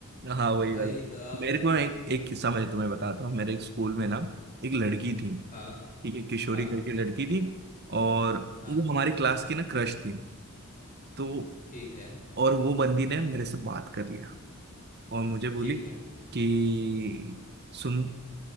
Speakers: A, on the right; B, on the left.
A: हाँ
B: भाई
A: वही वाला
B: साहब
A: मेरे को एक एक किस्सा मैं तुम्हें बताता हूँ मेरे एक स्कूल में ना एक लड़की थी
B: हाँ
A: ठीक है किशोरी
B: हाँ
A: करके लड़की थी और
B: हाँ
A: वो हमारी क्लास की ना क्रश थी तो
B: ठीक है
A: और वो बंदी ने मेरे से बात कर लिया और मुझे बोली
B: ठीक है
A: कि सुन